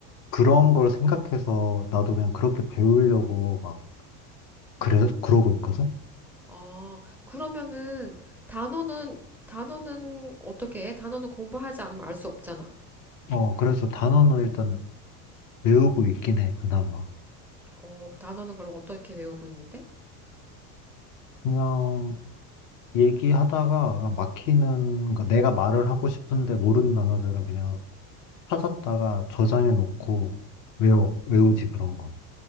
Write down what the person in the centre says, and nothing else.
아, 그러면은 단어는, 단어는 어떻게 해? 단어는 공부하지 않으면 알 수 없잖아.
어, 단어는 그럼 어떻게 외우고 있는데?